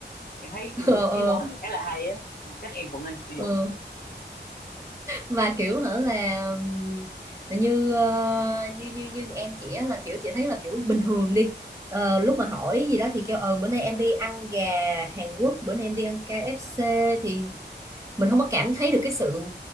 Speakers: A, on the left (about 55°); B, on the right (about 15°).
A: em thấy cái,
B: ờ ờ
A: cái mô hình này khá là hay á chắc em cũng nên sử dụng
B: ờ. và kiểu hả là ừm, như ờ, như như như em chị á là kiểu chị thấy là kiểu bình thường đi Ờ, lúc mà hỏi gì đó thì kêu ờ bữa nay em đi ăn gà Hàn Quốc bữa nay em đi ăn KFC thì mình không có cảm thấy được cái sự